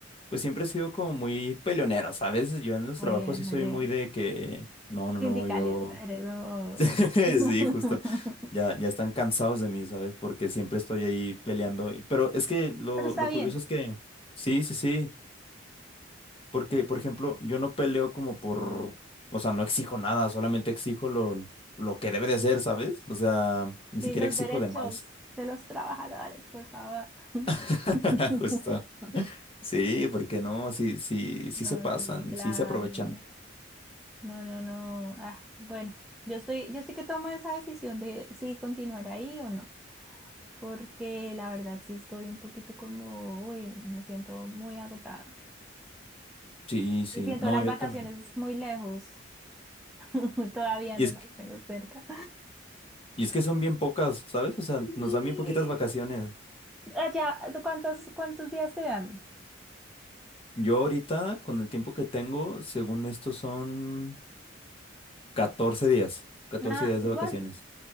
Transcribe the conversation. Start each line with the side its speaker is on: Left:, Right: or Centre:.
Left: pues siempre he sido como muy peleonero, ¿sabes? Yo en los
Centre: Muy
Left: trabajos
Centre: bien,
Left: sí
Centre: muy
Left: soy
Centre: bien.
Left: muy de que, no, no,
Centre: Sindicalista,
Left: no, yo,
Centre: eres muy-
Left: <laughs>
Centre: <laughs>
Left: sí, justo. Ya, ya están cansados de mí, ¿sabes? Porque siempre estoy ahí peleando. y- Pero es que lo,
Centre: Pero está
Left: lo
Centre: bien,
Left: curioso es que, sí, sí, sí. Porque,
Centre: ¿no?
Left: por ejemplo, yo no peleo como por, o sea, no exijo nada, solamente exijo lo, lo que debe de ser, ¿sabes? O sea, ni
Centre: Sí,
Left: siquiera
Centre: los
Left: exijo
Centre: derechos
Left: de más.
Centre: de los trabajadores, por favor.
Left: <laughs>
Centre: <laughs>
Left: Justo. Sí, porque no, sí, sí, sí
Centre: No,
Left: se pasan,
Centre: sí, claro.
Left: sí se aprovechan.
Centre: No, no, no. no. Ah, bueno, yo estoy, yo estoy que tomo esa decisión de si continuar ahí o no. Porque la verdad sí estoy un poquito como, uy, me siento muy agotada.
Left: Sí, sí,
Centre: Y siento
Left: no,
Centre: las
Left: yo
Centre: vacaciones
Left: también.
Centre: muy lejos. <laughs> Todavía
Left: Y
Centre: no
Left: es
Centre: las
Left: que,
Centre: tengo cerca.
Left: y es que son bien pocas, ¿sabes? O sea,
Centre: Sí.
Left: nos dan bien poquitas vacaciones.
Centre: Allá, ¿tú cuántos, cuántos días te dan?
Left: Yo ahorita, con el tiempo que tengo, según esto son 14 días, 14
Centre: Nada,
Left: días
Centre: igual,
Left: de vacaciones.